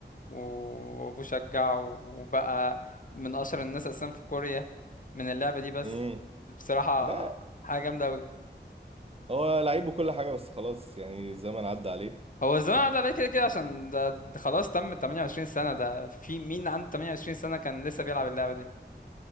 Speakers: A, on the left; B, on the right.
A: وابوه شجعه وبقى من اشهر الناس اساسا في كوريا من اللعبة دي بس
B: امم
A: بصراحة
B: ما
A: حاجة جامدة اوي
B: هو لعيب وكل حاجه بس خلاص يعني الزمن عدى عليه
A: هو الزمن عدى عليه كده كده عشان ده ده خلاص تم 28 سنة ده في مين عنده 28 سنة كان لسه بيلعب اللعبة دي